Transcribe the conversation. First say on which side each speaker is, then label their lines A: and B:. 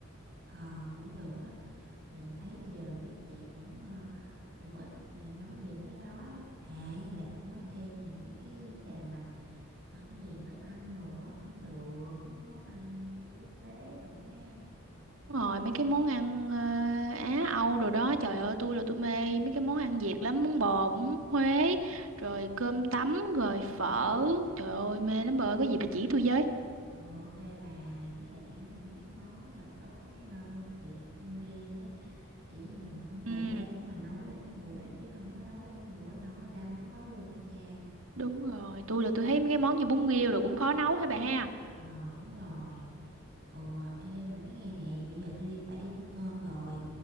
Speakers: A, on the right; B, on the right.
A: ờ cũng được á tại vì thấy bây giờ giới trẻ cũng ờ, cũng ít nhà nói về mấy cái đó đó à với lại cũng nói thêm về mấy cái vấn đề mà ờ, cái gì nấu ăn đồ á cũng được mấy cái món ăn quốc tế đồ ha
B: Đúng rồi, mấy cái món ăn ờ, Á Âu rồi đó, trời ơi tôi là tôi mê mấy cái món ăn Việt lắm, bún bò, bún Huế, rồi cơm tấm, rồi phở, trời ơi mê lắm bà ơi, có gì bà chỉ tôi với.
A: ừ ok bà với lại kiểu như mấy cái món đó là có cái ờ, hương vị đặc trưng riêng á kiểu như mình cũng phải
B: Ừ.
A: ráng mà nấu ra cái mùi đó chứ không có nấu ra cái mùi đó là không có ra món đó luôn á cha
B: Đúng rồi, tôi là tôi thấy mấy cái món như bún riêu rồi cũng khó nấu hả bà ha.
A: ờ đúng rồi ừ ê mà nói nghe nè bây giờ tôi đi phải đi nấu cơm rồi